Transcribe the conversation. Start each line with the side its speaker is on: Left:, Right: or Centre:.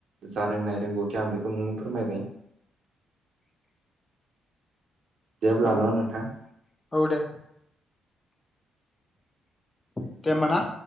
Right: जा रोंनाय रोंगौथि आं बेखौ नोंनो फोरमायबाय जेब्ला
Left: औ
Right: न' नोंथां
Left: औ दे देहोमबा ना